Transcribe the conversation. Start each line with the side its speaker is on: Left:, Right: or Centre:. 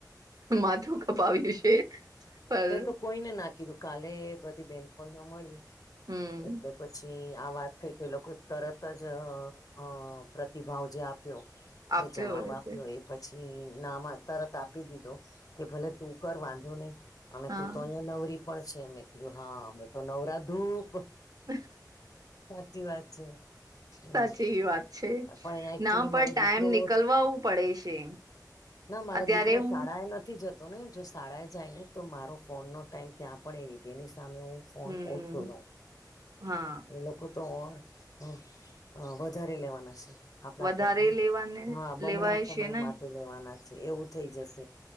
Right: માથું કપાવ્યું છે. પર
Left: મે તો કોઈને ના કીધું કાલે બધી બેનપણીઓ મળી
Right: હમ
Left: એટલે પછી પછી આ વાત થઈ તો એ લોકો તરત જ અ પ્રતિભાવ જે આપ્યો. જે
Right: આપ્યો
Left: જવાબ
Right: હોય
Left: આપ્યો
Right: છે
Left: એ પછી નામાં તરત આપી દીધો કે ભલે તું કર વાંધો નહી અમે
Right: હા
Left: તું તો અહિયાં નવરી પણ છે મેં કીધું હા અમે તો નવરા ધૂપ
Right: <inaudible>
Left: સાચી વાત છે હમ
Right: સાચ એ વાત છે
Left: પણ એકચુલી
Right: ના પણ
Left: મારો
Right: ટાઈમ
Left: દીકરો
Right: નીકલવાવું પડે છે.
Left: ના મારો
Right: અત્યારે
Left: દીકરો
Right: હું
Left: શાળા એ નથી જતો. તો ને જો શાળાએ જ ને તો મારો ફોન નો ટાઈમ ત્યાં પણ એ તે એની સામે હું ફન
Right: હમ
Left: ઓછ લ
Right: હા
Left: એ લોકોતો અર. હ હ વધારે લેવાના છે. આપણા
Right: વધારે
Left: કરતા
Right: લેવાને
Left: હા બમણા
Right: લેવાય
Left: સમય
Right: છે ને
Left: માટે લેવાના છે એવું થઈ જશે.